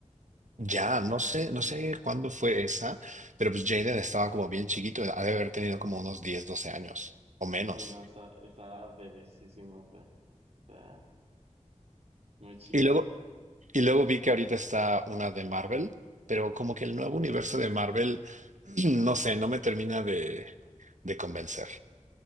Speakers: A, on the right; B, on the right.
A: Ya, no sé, no sé cuándo fue esa, pero pues Jaden estaba como bien chiquito, ha de haber tenido como unos diez, doce años o menos.
B: Sí, no, está, está bebecísimo, o sea, está muy chico.
A: Y luego, y luego vi que ahorita está una de Marvel, pero como que el nuevo universo de Marvel, <clears throat> no sé, no me termina de, de convencer.